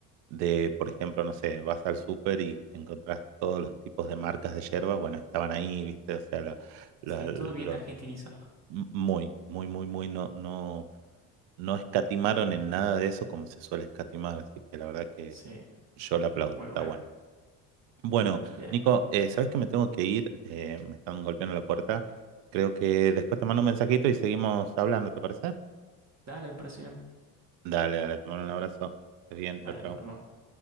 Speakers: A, on the right (about 70°); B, on the right (about 35°).
A: de, por ejemplo, no sé, vas al súper y encontrás todos los tipos de marcas de yerba, bueno, estaban ahí, ¿viste? O sea, lo- lo-
B: Sí, todo
A: lo-
B: bien argentinizado.
A: m- muy, muy, muy, muy, no, no, no escatimaron en nada de eso como se suele escatimar, así que la verdad que
B: Sí,
A: yo la aplaudo,
B: muy
A: está
B: bueno.
A: bueno. Bueno,
B: Bien.
A: Nico, eh, sabes que me tengo que ir, Eh, me están golpeando la puerta, creo que después te mando un mensajito y seguimos hablando, ¿te parece?
B: Dale, me parece bien.
A: Dale, dale, te mando un abrazo. Estés bien,
B: Dale,
A: chao, chao.
B: nos vemos.